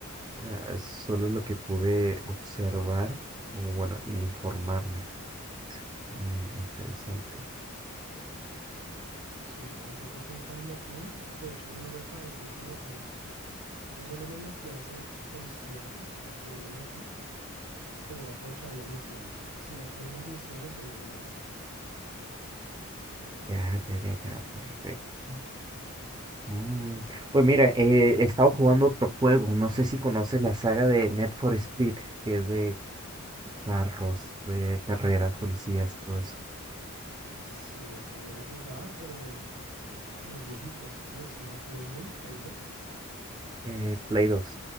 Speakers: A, on the right; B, on the right.
A: eh, solo lo que pude observar, o bueno, informarme. Mm, interesante.
B: Sí, yo tampoco estoy tan metido. De hecho, a mí no me parece interesante. Yo solo me metí a ese concierto al que yo me metí, pero era porque había misiones. Si no pone las misiones, yo no me meto.
A: Ya, ya, ya, ya, perfecto. Mm, Pues mira, eh, he estado jugando otro juego, no sé si conoces la saga de Net for Speed, que es de carros, de carreras, policías, todo eso.
B: Sí, ese yo lo jugaba, pero eh, los viejitos, ¿qué? ¿Eso era Play uno Play dos
A: Eh, Play 2.